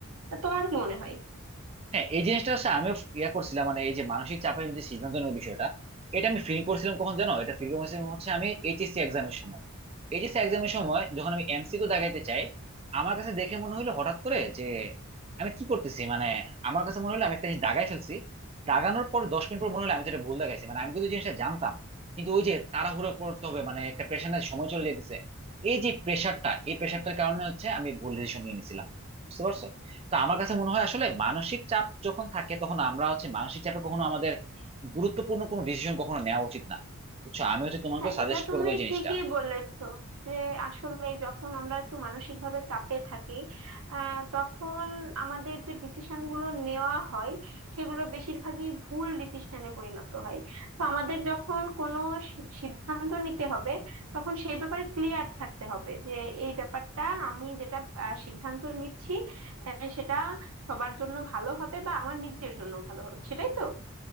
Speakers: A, on the right; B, on the right.
A: তা তোমার কি মনে হয়
B: হ্যাঁ এই জিনিসটা হচ্ছে আমিও ইয়া করছিলাম মানে এই যে মানসিক চাপের যে সিদ্ধান্ত নেওয়ার বিষয়টা এটা আমি ফিল করছিলাম কখন জানো এটা ফিল করছিলাম হচ্ছে আমি এইচএসসি এক্সামের সময় এইচএসসি এক্সামের সময় যখন আমি এমসিকিউ দাগাইতে চাই আমার কাছে দেখে মনে হলো হঠাৎ করে যে আমি কি করতেছি মানে আমার কাছে মনে হলো আমি একটা জিনিস দাগাই ফেলছি দাগানোর পর দশ মিনিট পর মনে হলো আমি তো এটা ভুল দাগাইছি মানে আমি কিন্তু জিনিসটা জানতাম কিন্তু ওই যে তাড়াহুড়ো করতে হবে মানে একটা প্রেশারের সময় চলে যেতেছে এই যে প্রেশারটা এই প্রেশারটার কারণে হচ্ছে আমি ভুল ডিসিশন নিয়ে নিছিলাম বুঝতে পারছো তো আমার কাছে মনে হয় আসলে মানসিক চাপ যখন থাকে তখন আমরা হচ্ছে মানসিক চাপে কখনো আমাদের গুরুত্বপূর্ণ কোনো ডিসিশন কখনো নেওয়া উচিত না বুঝছো আমি হচ্ছে তোমাকে
A: হ্যাঁ
B: সাজেস্ট
A: এটা তুমি
B: করবো এই জিনিসটা
A: ঠিকই বলেছো যে আসলে যখন আমরা একটু মানসিক ভাবে চাপে থাকি আহ, তখন আমাদের যে ডিসিশন গুলো নেওয়া হয় সেগুলো বেশিরভাগই ভুল ডিসিশনে পরিণত হয় তো আমাদের যখন কোনো সি- সিদ্ধান্ত নিতে হবে তখন সেই ব্যাপারে ক্লিয়ার থাকতে হবে যে এই ব্যাপারটা আমি যেটা আহ, সিদ্ধান্ত নিচ্ছি আহ, সেটা সবার জন্য ভালো হবে বা আমার নিজের জন্য ভালো হবে সেটাই তো